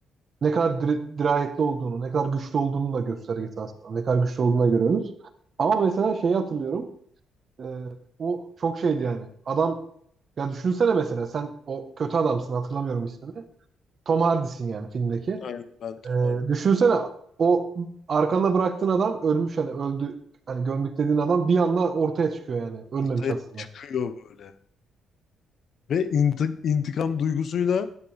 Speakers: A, on the right; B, on the left.
A: ne kadar dir- dirayetli olduğunu, ne kadar güçlü olduğunu da göstergesi aslında. Ne kadar güçlü olduğunu da görüyoruz. Ama mesela şeyi hatırlıyorum. E, o çok şeydi yani. Adam ya düşünsene mesela sen o kötü adamsın hatırlamıyorum ismini. Tom Hardy'sin yani filmdeki.
B: Aynen ben Tom
A: E,
B: Hardy.
A: düşünsene
B: Evet.
A: o arkanda bıraktığın adam ölmüş hani öldü. Hani gömdük dediğin adam bir anda ortaya çıkıyor yani. Ölmemiş
B: Ortaya
A: aslında.
B: çıkıyor böyle. Ve inti- intikam duygusuyla